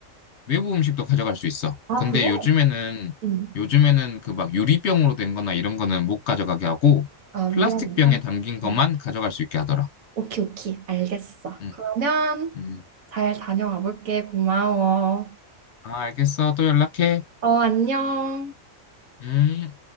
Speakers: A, on the left (about 60°); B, on the right (about 80°).
A: 외부 음식도 가져갈 수 있어.
B: 아,
A: 근데
B: 그래?
A: 요즘에는
B: 응.
A: 요즘에는 그 막 유리병으로 된 거나 이런 거는 못 가져가게 하고
B: 아, 위험해.
A: 플라스틱 병에
B: 아,
A: 담긴 것만
B: 응.
A: 가져갈 수 있게 하더라.
B: 오케이, 오케이. 알겠어.
A: 음,
B: 그러면
A: 음.
B: 잘 다녀와 볼게. 고마워.
A: 아, 알겠어. 또 연락해.
B: 어, 안녕.
A: 음.